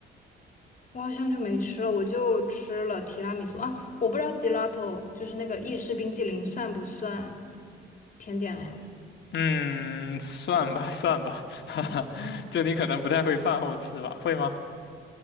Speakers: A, on the left; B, on the left.
A: <laughs> 我好像就没吃了，我就吃了提拉米苏啊，我不知道吉拉头就是那个意式冰激凌算不算甜点哎？
B: 嗯，算吧，算吧，<laughs> 哈哈，就你可能不太会饭后吃吧，会吗？